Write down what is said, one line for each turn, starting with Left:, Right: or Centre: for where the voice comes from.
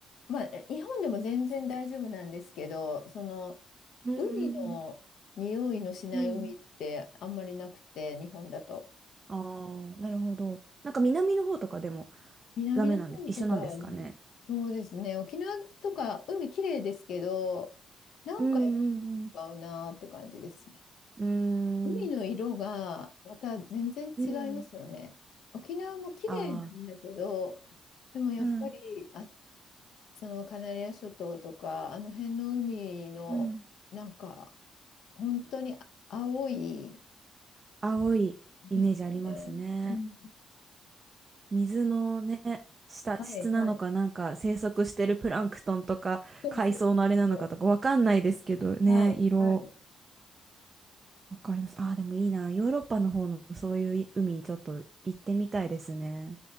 Left: まあ、え日本でも全然大丈夫なんですけど、その、
Right: うんう
Left: 海の匂いのしない海ってあんまりなくて、
Right: んうんうん
Left: 日本だと。
Right: ああ、なるほど。なんか南の方とかでも
Left: 南の方とか、
Right: ダメなんです。一緒なんですかね。
Left: でも、そうですね。沖縄とか海綺麗ですけど、なんかやっ
Right: うん
Left: ぱ違うなーって感じですね。
Right: うんうん。
Left: 海の色がまた全然違いますよね。
Right: うーんきうん
Left: 沖縄も綺麗なんだけど、
Right: ああ、
Left: でもやっぱり、
Right: うん
Left: あ、そのカナリア諸島とか、あの辺の海の、
Right: うん
Left: なんか、本当にあ青い
Right: 青いイメージありますね。
Left: ですよね。うん。
Right: 水のね、下、
Left: はい、
Right: 質なのかなんか生息してるプランクトンとか海藻のあれなのかとかわかんないですけどね、
Left: はい。そうそうそうそう。はい、
Right: 色。
Left: はい。
Right: わかります。ああ、でもいいな。ヨーロッパの方のそういう海ちょっと行ってみたいですね。